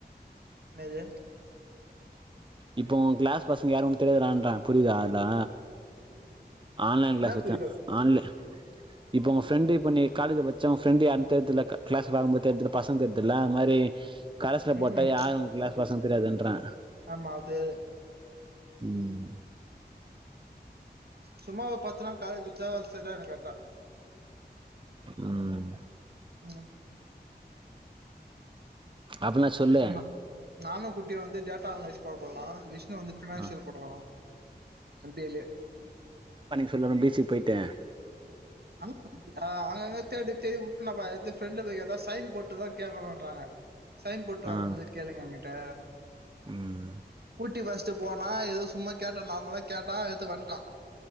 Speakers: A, on the right; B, on the right.
A: என்னாது
B: இப்ப ஓ கிளாஸ் பசங்க யாரும் ஒனக்கு தெரியாதுறா இன்றன் புரியுதா அதுல்லா ஆன்லைன் கிளாஸ்
A: என்ன
B: வச்சன்
A: புரியல
B: ஆன்ல இப்போ உங்க ஃப்ரெண்டு இப்ப நீ காலேஜி பச்ச ஓ ஃப்ரெண்டு யாரு தெர்துல்ல க கிளாஸ் பாக்கும்போது தெர்துல்ல பசங்க தெர்துல்ல அந்த மாரி கரஸ்ல
A: ம்
B: போட்டா யாரு உங்க கிளாஸ் பசங் தெரியாதுன்ற
A: ஆமா அது
B: ம்
A: சும்மா ஒரு பத்து நாள் காலேஜி வச்சா செரியாயிடு கரெட்டா
B: ம்
A: ம்
B: அப்பனா சொல்லு
A: ம் நானும் குட்டி வந்து டேட்டா அனலைஸ் போட போறோ நானு விஷ் ணு வந்து பினான்சியல்
B: ஆ
A: போட போறா எம் பி ஏலே
B: எல்லாரு பீச்சிக்கு போயிட்டு
A: அனுப் ஆ அங்கங்க தேடி தேடி உட்டுனப்ப எத்து ஃப்ரெண்ட்ல போயி எதா சைன் போட்டுதான் கேக்கணுன்றாங்க சைன் போட்டுவாங்க
B: ஆ
A: வந்து கேளுங்க ஏன்கிட்ட
B: ம்
A: கூட்டி வஸ்ட்டு போனா ஏதோ சும்மா கேட்டனு நார்மலா கேட்டா எடுத்து வண்ட்டா